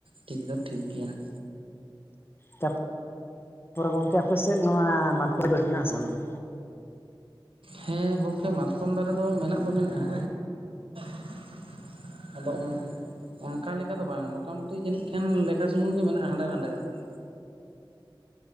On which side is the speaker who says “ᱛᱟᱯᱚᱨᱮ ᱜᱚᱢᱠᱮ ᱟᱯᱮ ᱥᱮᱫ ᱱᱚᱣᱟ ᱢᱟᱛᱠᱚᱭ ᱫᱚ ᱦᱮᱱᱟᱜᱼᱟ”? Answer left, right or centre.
Left